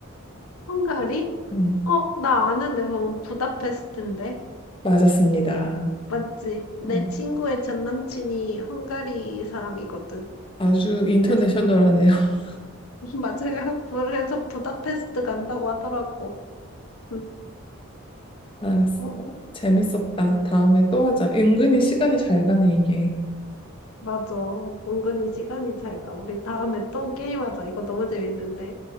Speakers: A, on the left; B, on the left.
A: 헝가리?
B: 음,
A: 어, 나 아는데, 그건 부다페스트인데.
B: 맞았습니다.
A: 맞지? 내
B: 어,
A: 친구의 전 남친이 헝가리 사람이거든.
B: 아주 인터내셔널하네요.
A: 그래서 부,
B: <laughs>
A: <laughs> 맞아요. 그래서 부다페스트 간다고 하더라고. 응.
B: 알았어.
A: 어,
B: 재밌었다.
A: 응.
B: 다음에 또 하자. 은근히 시간이 잘 가네, 이게.
A: 맞아. 은근히 시간이 잘 가. 우리 다음에 또 게임하자. 이거 너무 재밌는데.